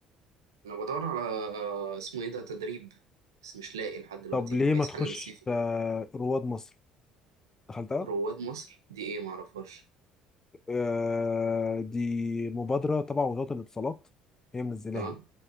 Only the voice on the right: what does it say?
انا بدور على آه، اسمه ايه ده تدريب بس مش لاقي لحد دلوقتي
عايز
حاجه للصيف دي
رواد مصر دي ايه معرفهاش
اه